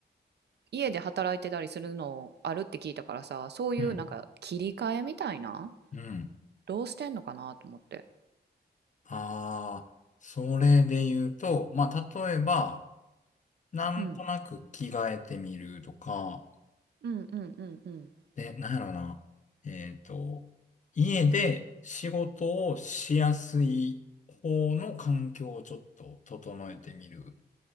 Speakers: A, on the right; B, on the left.
A: 家で働いてたりするのあるって聞いたからさ、そういうなんか切り替えみたいな、
B: うん、うん。うん。
A: どうしてんのかなと思って。
B: ああ、それで言うと、まあ、例えば、なんとなく着替えてみるとか、
A: うん。うんうんうんうん。
B: で、なんやろな。えっと、家で仕事をしやすい方の環境をちょっと整えてみる。